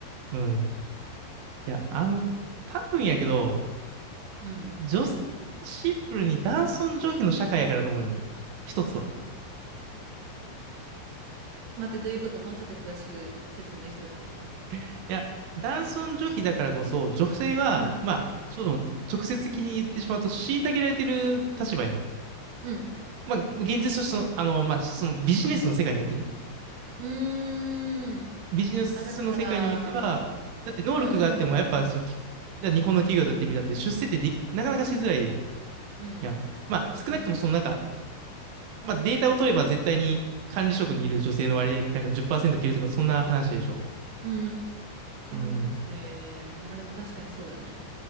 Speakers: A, on the right; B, on the right.
A: うん。いや、あの、多分やけど、
B: うん。
A: 女子、シンプルに男尊女卑の社会やからと思うよね。一つは。
B: 待って、どういうこともうちょっと詳しく説明してほしい。
A: いや、男尊女卑だからこそ、女性は、
B: うん。
A: まあ、その、直接的に言ってしまうと、虐げられてる立場やん。
B: うん。
A: まあ、現実としての、あの、まあ、そのビジネスの世界においてね。
B: うーん。
A: ビジネスの世界においては、
B: あ、だから、
A: だって能力があっても、
B: うんう
A: やっぱ、その、
B: ん
A: きじゃあ日本の企業だってみたって、出世ってでき、なかなかしづらい
B: うん。
A: やん。まあ、少なくともその、
B: うん。うん。
A: なんか、まあ、データを取れば絶対に管理職にいる女性の割合ってなんか10%切るとか、そんな話でしょ。
B: うー
A: うん。
B: ん。へえ。まあでも確かにそうやね。